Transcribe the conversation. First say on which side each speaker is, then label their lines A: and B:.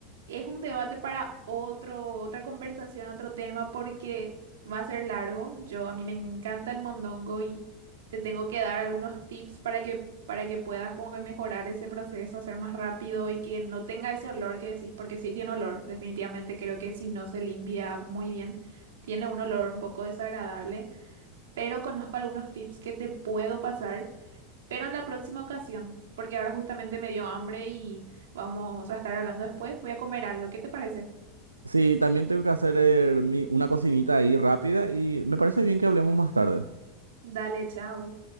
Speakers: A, on the right (about 65°); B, on the right (about 80°).
A: es un debate para otro, otra conversación, otro tema, porque va a ser largo. Yo, a mí me encanta el mondongo y te tengo que dar algunos tips para que, para que puedas como que mejorar ese proceso, hacer más rápido y que no tenga ese olor que decís, porque sí tiene olor, definitivamente creo que si no se limpia muy bien, tiene un olor un poco desagradable, pero conozco algunos tips que te puedo pasar pero en la próxima ocasión, porque ahora justamente me dio hambre y vamos a estar hablando después, voy a comer algo. ¿Qué te parece?
B: Sí, también tengo que hacer eh, mi- una cocinita ahí rápida y me parece bien que hablemos más tarde.
A: Dale, chao.